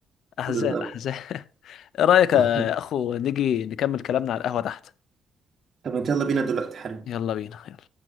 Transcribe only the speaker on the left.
احزان
احزان <laughs> ايه رايك يا
اخو نيجي نكمل كلامنا على القهوة تحت
يلا بينا يلا